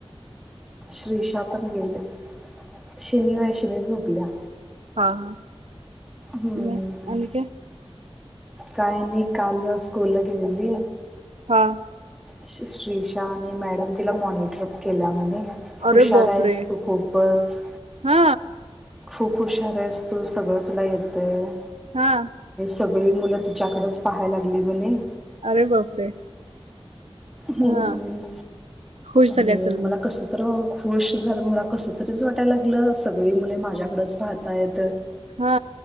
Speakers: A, in the centre; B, on the right.
A: श्रीशा पण गेले. शिनी वय शिनी झोपल्या.
B: हा, हा.
A: हम्म.
B: म आणि काय
A: काय नाही काल स्कूल ला गेलेली
B: हा.
A: श्रीशा आणि मॅडम तिला मॉनिटर केल्या म्हणे.
B: अरे
A: हुशार
B: बापरे
A: आहेस तू खूपच
B: हा
A: खूप हुशार आहेस तू सगळं तुला येतेयं.
B: हा.
A: सगळी मुलं तिच्याकडच पहाय लागली म्हणे.
B: अरे बापरे.
A: ह्
B: हा खुश
A: आणि
B: झाले असेल
A: मला
B: मग
A: कस तर खुश झालं मला कसं तरीच वाटायला लागलं सगळी मुले माझ्याकडच पाहतायत.
B: हा.